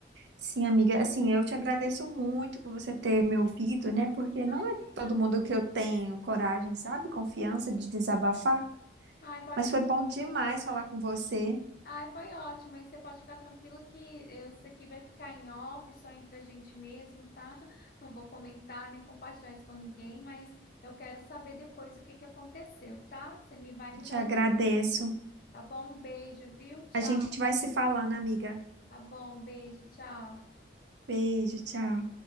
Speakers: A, on the right; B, on the left.
A: Sim, amiga. Assim, eu te agradeço muito por você ter me ouvido, né? Porque não
B: Imagina,
A: é todo
B: amiga.
A: mundo que eu tenho coragem, sabe? Confiança de desabafar.
B: Ai, pode
A: Mas
B: ficar
A: foi bom
B: tranquila
A: demais
B: que
A: falar com você.
B: Ai, foi ótimo. Aí você pode ficar tranquilo que eu- isso aqui vai ficar em off, só entre a gente mesmo, tá? <laughs> Não vou comentar nem compartilhar isso com ninguém, mas eu quero saber depois o que que aconteceu, tá? Você me vai me
A: Te
B: dando,
A: agradeço.
B: tá bom? Um beijo, viu? Tchau.
A: A gente vai se falando, amiga.
B: Tá bom, um beijo, tchau.
A: Beijo, tchau.